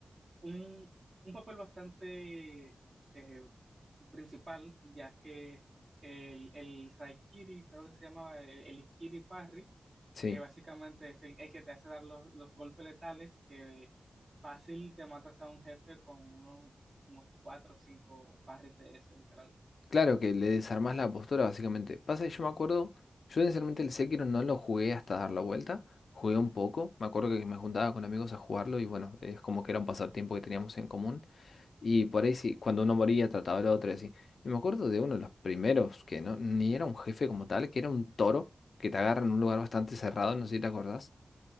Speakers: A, on the right (about 45°); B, on the left (about 80°).
A: un, un papel bastante eh, principal, ya que el, el Raikiri, creo que se llamaba eh, el, Ikiri Parry,
B: Sí.
A: eh, básicamente es el, el que te hace dar los, los golpes letales, que fácil te matas a un jefe con unos, unos cuatro o cinco parries de eso, literal.
B: Claro que le desarmás la postura, básicamente. Pasa que yo me acuerdo, yo sinceramente el Sekiro no lo jugué hasta dar la vuelta, jugué un poco, me acuerdo que me juntaba con amigos a jugarlo y bueno, es como que era un pasatiempo que teníamos en común y por ahí sí, cuando uno moría trataba al otro y así. Y me acuerdo de uno de los primeros, que no, ni era un jefe como tal, que era un toro que te agarra en un lugar bastante cerrado, no sé si te acordás.